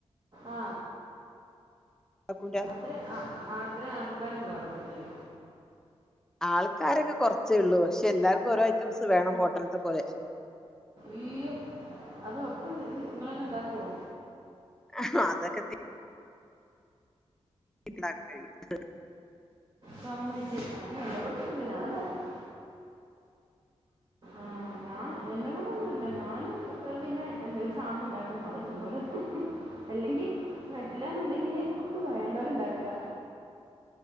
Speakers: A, on the right; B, in the centre.
A: ആ
B: ഉണ്ടാക്കും രാ
A: അത്ര അത്രയും ആൾക്കാര് ഉണ്ടോ <unintelligible>
B: ആൾക്കാരൊക്കെ കൊറച്ചേള്ളൂ പക്ഷെ എല്ലാർക്കും ഓരോ ഐറ്റംസ് വേണം ഹോട്ടൽത്തെ പോലെ
A: ഇയ്യോ അതൊക്കെ നി നിങ്ങൾ തന്നെ ഇണ്ടാക്കുവോ
B: ആ അതൊക്കെ തി- കിക്കണാക്കാൻ കഴിയും <unintelligible>
A: സമ്മയിച്ച് കേട്ടോ എന്നെകൊണ്ട് ഒന്നും പറ്റില്ല ഞാന് അത് - ആ ഞാൻ എന്നെ കൊണ്ടൊന്നും പറ്റില്ല ഞാൻ പിന്നെ എന്തേലും ഒരു സാധനം ഉണ്ടാക്കും അത് തിന്നോല അല്ലെങ്കി പറ്റില്ലന്നുണ്ടെങ്കില് വേണ്ടവര് ഇണ്ടാക്കുക